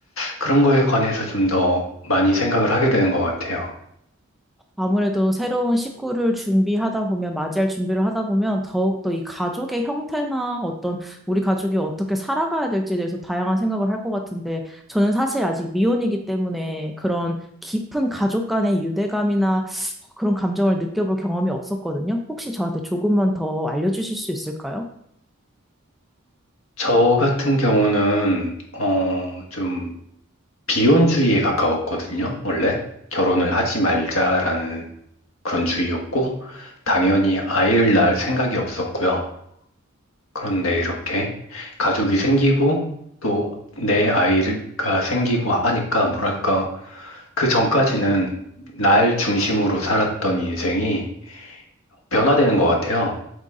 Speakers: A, on the left; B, in the centre.
A: 그런 거에 관해서 좀 더 많이 생각을 하게 되는 것 같아요.
B: 아무래도 새로운 식구를 준비하다 보면, 맞이할 준비를 하다 보면, 더욱더 이 가족의 형태나 어떤, 우리 가족이 어떻게 살아가야 될지에 대해서 다양한 생각을 할 것 같은데, 저는 사실 아직 미혼이기 때문에 그런 깊은 가족 간의 유대감이나 그런 감정을 느껴볼 경험이 없었거든요. 혹시 저한테 조금만 더 알려주실 수 있을까요?
A: 저 같은 경우는, 어, 좀 비혼주의에 가까웠거든요. 원래 결혼을 하지 말자라는 그런 주의였고, 당연히 아이를 낳을 생각이 없었고요. 그런데 이렇게 가족이 생기고 또 내 아이가 생기고 하니까 뭐랄까 그 전까지는 날 중심으로 살았던 인생이 변화되는 것 같아요.